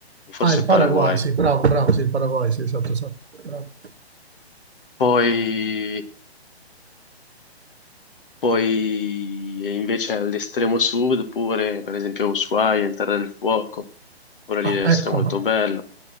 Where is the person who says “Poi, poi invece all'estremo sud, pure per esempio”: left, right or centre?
Left